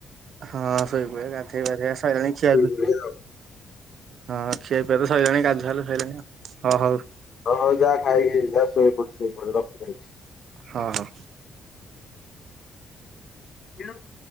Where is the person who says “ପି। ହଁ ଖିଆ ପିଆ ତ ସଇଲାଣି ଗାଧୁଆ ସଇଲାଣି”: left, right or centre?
Right